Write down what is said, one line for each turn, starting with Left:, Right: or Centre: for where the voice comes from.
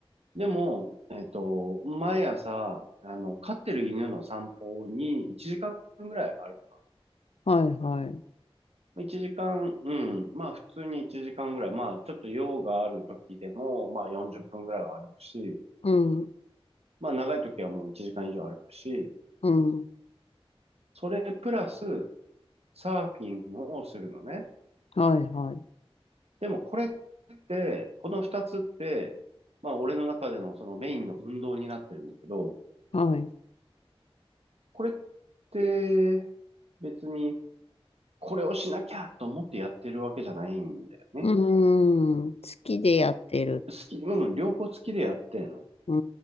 Right: でも、えっと、毎朝、あの、飼ってる犬の散歩に1時間ぐらい歩く
Left: はい、はい。
Right: ま一時間、うん。まあ普通に1時間ぐらい。まあちょっと用がある時でも、まあ40分ぐらいは歩くし、
Left: うん、
Right: まあ長い時はもう1時間以上歩くし、
Left: うん。
Right: それプラスサーフィンをするのね。
Left: はい、はい。
Right: でもこれって、この2つって、まあ俺の中でのそのメインの運動になってるんだけど、
Left: はい。
Right: これって別にこれをしなきゃと思ってやってるわけじゃないんだよね。
Left: うーん。好きでやってる。
Right: 好き、うん、両方好きでやってんの。
Left: うー